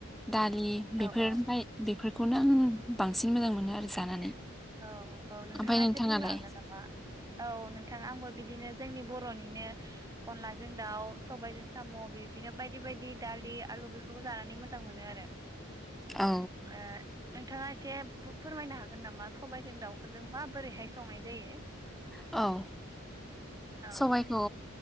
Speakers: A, in the centre; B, on the right (about 15°).
A: दालि बेफोर
B: औ औ
A: ओफाय बेफोर। बेखौनो आं बांसिन मोजां मोनो आरो जानानै।
B: औ औ नोंथाङा
A: ओमफाय नोंथाङालाय
B: एसे बुंनो हागोन नामा औ नों नथां आंबो बिदिनो जोंनि बर'निनो अनलाजों दाउ सबायजों साम' बिदिनो बायदि बायदि दालि आलु बेफोरखौ जानानै मोजां मोनो आरो।
A: औ।
B: ओ नोंथाङा एसे बु फोरमायनो हागोन नामा <inaudible> जों माबोरैहाय संनाय जायो
A: औ
B: औ
A: सबायखौ